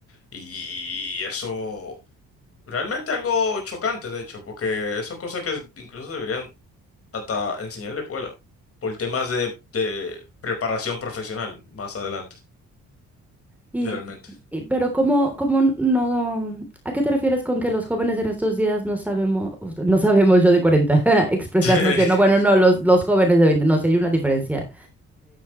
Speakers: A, on the left; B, in the centre.
A: y eso realmente algo chocante, de hecho, porque eso es cosa que incluso deberían hasta enseñar en la escuela por temas de, de preparación profesional más adelante,
B: Y,
A: realmente.
B: y- pero ¿cómo, cómo no, ¿a qué te refieres con que los jóvenes en estos días no sabemos, no sabemos yo de 40 <laughs> expresarnos
A: <laughs>
B: bien? No, bueno, no, los, los jóvenes de 20 no, si hay una diferencia